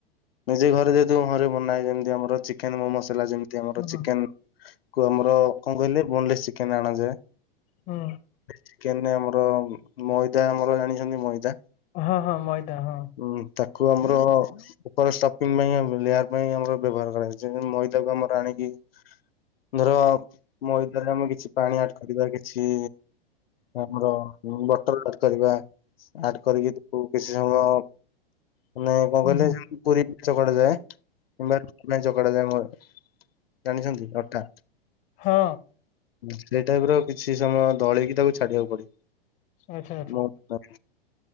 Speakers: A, on the left; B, on the left.
A: ନିଜେ ଘରେ ଯେହେତୁ ମୁଁ ଘରେ ବନାଏ ଯେମିତି ଆମର ଚି ଚିକେନ ମୋମସ୍ ହେଲା ଯେମତି ଆମର
B: ହୁଁ ହୁଁ
A: ଚେକେନ କୁ ଆମର କଣ କହିଲେ ବୋନଲେସ ଚିକେନ ଅଣାଯାଏ।
B: ହୁଁ।
A: ଚିକେନ ରେ ଆମର ମଇଦା ଆମର ଜାଣିଛନ୍ତି ମଇଦା।
B: ହଁ ହଁ ମଇଦା ହଁ।
A: ହୁଁ ତାକୁ ଆମର ଉପରେ ଷ୍ଟପ <unintelligible> ପାଇଁ ଲେୟାର ପାଇଁ ଆମର ବ୍ୟବହାର କରାଯାଏ, ଯେମିତି ମଇଦାକୁ ଆମର ଆଣିକି ଧର ମଇଦାରେ ଆମେ କିଛି ପାଣି ଆଡ କରିବା କିଛି ଆମର ବଟଲ ଆଡ କରିବା ଆଡ କରିକି ତାକୁ କିଛି ସମୟ ମାନେ କଣ
B: ହୁଁ
A: କହିଲେ
B: ହୁଁ
A: ପୁରୀ ଚକଡା ଯାଏ କିମ୍ବା <unintelligible> ଯାଏ ମ ଜାଣିଛନ୍ତି ଅଟା
B: ହଁ।
A: ସେଇ ଟାଇପ ର କିଛି ସମୟ ଦଳେଇକି ତାକୁ ଛାଡିବାକୁ ପଡିବ।
B: ଆଚ୍ଛା ଆଚ୍ଛା
A: ମ ମ